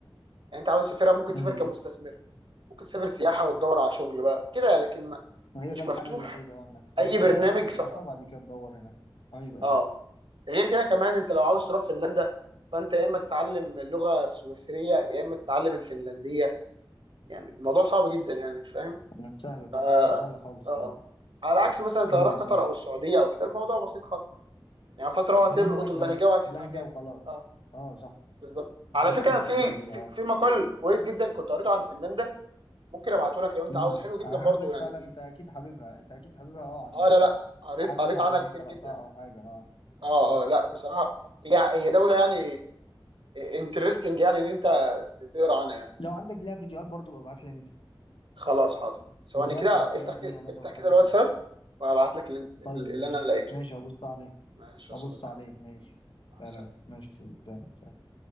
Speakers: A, on the right; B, on the left.
A: يعني انت عاوز تسافرها ممكن تسافر
B: امم
A: كمستثمر ممكن تسافر سياحه وتدور على شغل بقى كده لكن ما
B: هي
A: مش
B: ده الحل
A: مفتوح
B: الوحيد اه انك تروح
A: اي برنامج
B: بقى هناك سياحه
A: سفر
B: وبعد كده تدور هنا ايوه ايوه
A: اه غير كده كمان انت لو عاوز تروح فنلندا فانت يا اما تتعلم اللغه السويسريه يا اما تتعلم الفنلنديه يعني الموضوع صعب جدا يعني فاهم
B: مش سهلة صح
A: ف اه
B: مش سهلة خالص طبعا
A: على عكس مثلا انت
B: امم
A: لو رايح قطر او السعوديه او كده الموضوع بسيط خالص يعني فتره وهتلقط
B: هي لكنة
A: اللهجه
B: بس
A: وهتفهم
B: لهجة
A: يعني
B: وخلاص
A: اه
B: اه صح
A: بالظبط
B: مفيش
A: على
B: أكتر
A: فكره
B: من
A: في
B: كده فيها
A: في,
B: اه
A: في مقال كويس جدا كنت قريته عن فنان ده ممكن ابعته لك لو انت
B: امم
A: عاوز حلو جدا
B: أنا
A: برضو
B: حاسسك
A: يعني
B: فعلا
A: بي...
B: أنت أكيد حاببها أنت أكيد حاببها اه عن
A: اه لا لا قريت
B: حاجة
A: قريت
B: معينة
A: عنها كتير
B: قرأتها
A: جدا
B: أو حاجة اه
A: اه
B: اه
A: اه لا بصراحه هي هي دوله يعني انترستنج يعني ان انت تقرا عنها يعني
B: لو عندك لها فيديوهات برضو ببقى ابعت لي منها
A: خلاص حاضر ثواني
B: فيديوهات
A: كده
B: على الحياة
A: افتح
B: فيها
A: كده
B: مثلا
A: افتح
B: الحاجات
A: كده الواتساب
B: دي
A: وهبعت لك اللي,
B: طيب
A: اللي
B: ماشي
A: انا لقيته
B: ماشي هبص عليه
A: ماشي يا
B: هبص
A: صديقي
B: عليه ماشي
A: مع السلامه
B: فعلا ماشي يا سيدي. فعلا فعلا.